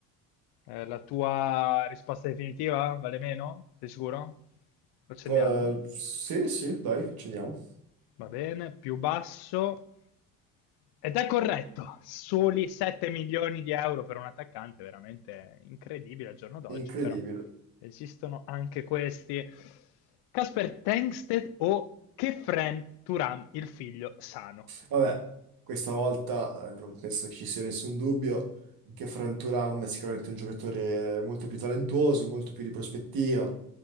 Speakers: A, on the left; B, on the right.
A: Eh, la tua risposta definitiva vale meno? Sei sicuro? Lo accendiamo?
B: Eh, sì, sì, dai, ci andiamo.
A: Va bene, più basso. Ed è corretto, soli 7 milioni di euro per un attaccante, veramente incredibile al giorno d'oggi,
B: Incredibile.
A: però esistono anche questi. Casper Tengsted o Kefren Turan, il figlio sano?
B: Vabbè, questa volta eh, non penso che ci sia nessun dubbio che Frank Thuram è sicuramente un giocatore molto più talentuoso, molto più di prospettiva,